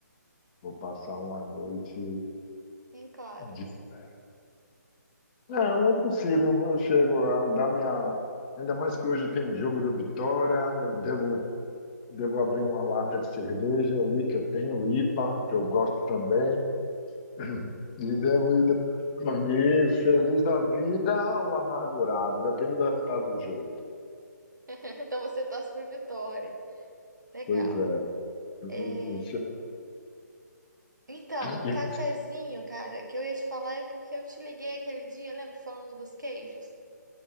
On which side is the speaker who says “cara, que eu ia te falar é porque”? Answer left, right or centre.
Right